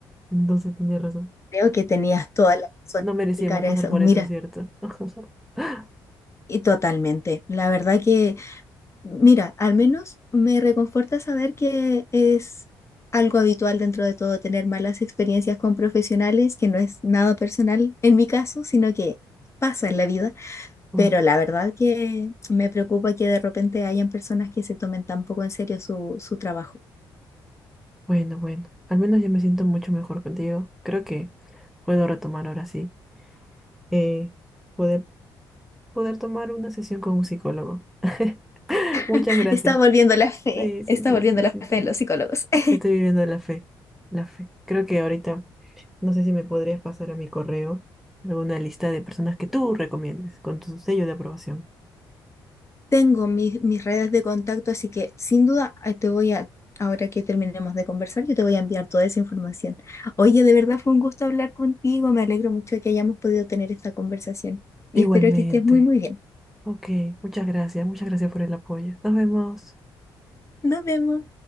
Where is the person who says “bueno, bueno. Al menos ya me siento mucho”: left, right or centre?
Centre